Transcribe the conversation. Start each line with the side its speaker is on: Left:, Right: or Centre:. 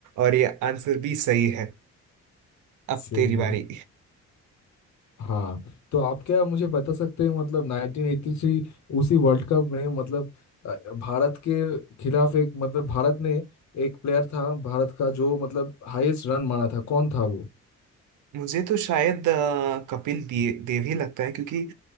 Right: और ये आंसर भी सही है अब
Left: सही
Right: तेरी बारी
Left: है हाँ तो आप क्या मुझे बता सकते हैं मतलब 1983 उसी वर्ल्ड कप में मतलब अ, भारत के खिलाफ एक मतलब भारत ने एक प्लेयर था भारत का जो मतलब हाईएस्ट रन मारा था कौन था वो
Right: मुझे तो शायद अ, कपिल दे- देव ही लगता है क्योंकि